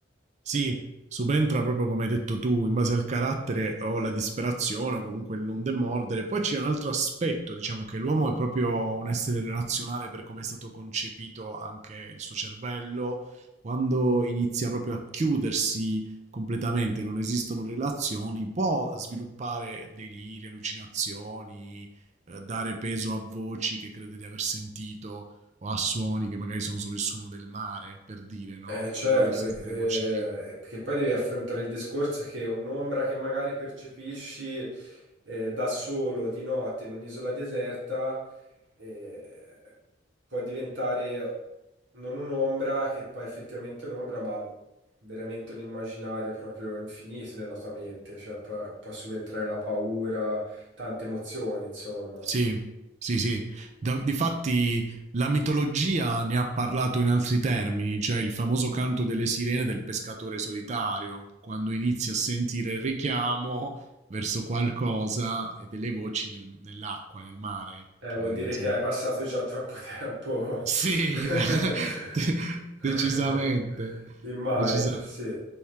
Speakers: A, on the right; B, on the right.
A: Sì, subentra proprio come hai detto tu, in base al carattere o la disperazione o comunque il non demordere. Poi c'è un altro aspetto, diciamo che l'uomo è proprio un essere relazionale per come è stato concepito anche il suo cervello, quando inizia proprio a chiudersi completamente, non esistono relazioni, può sviluppare deliri, allucinazioni, eh, dare peso a voci che crede di aver sentito o a suoni che magari sono solo il suono del mare, per dire, no?
B: Eh, certo,
A: Però lui sente
B: perché,
A: le voci lì.
B: eh, perché poi devi affrontare il discorso che un'ombra che magari percepisci eh, da solo di notte in un'isola deserta eh, può diventare non un'ombra che poi effettivamente è un'ombra, ma veramente un immaginario proprio infinito nella tua mente, cioè può, può subentrare la paura, tante emozioni, insomma.
A: Sì, sì, sì. Da- difatti la mitologia ne ha parlato in altri termini, cioè il famoso canto delle sirene del pescatore solitario, quando inizi a sentire il richiamo verso qualcosa e delle voci nel- nell'acqua, nel mare,
B: Eh,
A: che
B: vuol dire
A: sono...
B: che hai passato già troppo tempo
A: Sì, <laughs>
B: <laughs>
A: decisamente,
B: in mare,
A: decisamente.
B: sì.